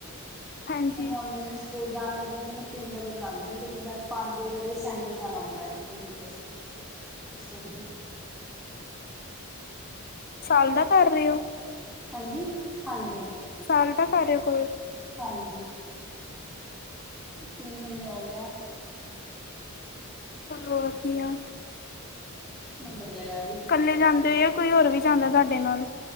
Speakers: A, on the left; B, in the centre.
A: ਹਾਂਜੀ
B: ਤੇ ਹੁਣ ਦਿਨ ਅ 'ਚ ਸਕੂਲ ਜਾਣ ਲੱਗੇ ਨੇ ਤੇ ਮੈਂ ਤਿੰਨ ਵਜੇ ਬੁਲਾਣੀ ਆਂ, ਕਿਉਂਕਿ ਮੈਂ ਪੰਜ ਵਜੇ ਸੈਂਟਰ ਜਾਣਾ ਹੁੰਦਾ ਐ ਕੰਪਿਊਟਰ ਇਸ ਕਰਕੇ।
A: ਸਾਲ ਦਾ ਕਰ ਰੇ ਓ?
B: ਹਾਂਜੀ? ਹਾਂਜੀ-ਹਾਂਜੀ।
A: ਸਾਲ ਦਾ ਕਰ ਰਏ ਓ ਕੋਰ
B: ਹਾਂਜੀ, ਤਿੰਨ ਮਹੀਨੇ ਹੋ ਗਏ ਆ।
A: ਚਲੋ ਵਧੀਆ।
B: ਨਿੱਬੜ ਜੇਗਾ ਐਵੀ।
A: ਕੱਲੇ ਜਾਂਦੇ ਓ, ਜਾਂ ਕੋਈ ਹੋਰ ਵੀ ਜਾਂਦਾ ਤਾਡੇ ਨਾਲ,